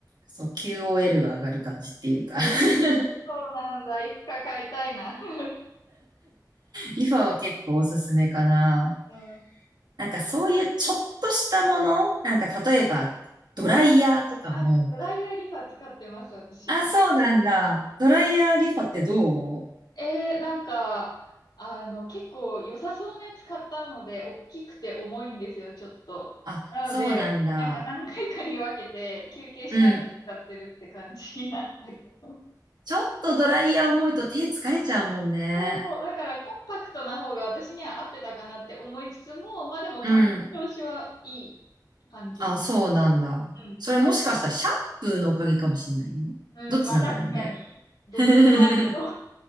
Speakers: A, on the right; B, on the left.
A: そう、QOL
B: ね。
A: が上がる感じっていうか
B: えーそうなんだ。
A: <laughs>
B: いつか買いたいな。<laughs>
A: リファは結構おすすめかな。
B: うん、
A: なんかそういうちょっとしたもの、なんか例えば、ドライヤーとかも、
B: あ、ドライヤーリファ使ってます、私。
A: あ、そうなんだ。ドライヤーリファってどう
B: えー、なんか、あの、結構良さそうなやつ買ったので、大きくて重いんですよ、ちょっと。
A: あ、
B: なので、
A: そうなんだ。
B: なんか何回かに分けて休憩しながら使ってるって感じなんだけど。
A: うん。ちょっとドライヤー重いと手疲れちゃうもんね。
B: そう、だからコンパクトな方が私には合ってたかなって思いつつも、まあでも髪の調子はいい感じ。
A: うん。あ、そうなんだ。
B: うん。
A: それもしかしたらシャンプーのおかげかもしんないよ。
B: うん、
A: どっちなんだろうね。
B: まあ確かに、どっちもありと
A: <laughs>
B: <laughs>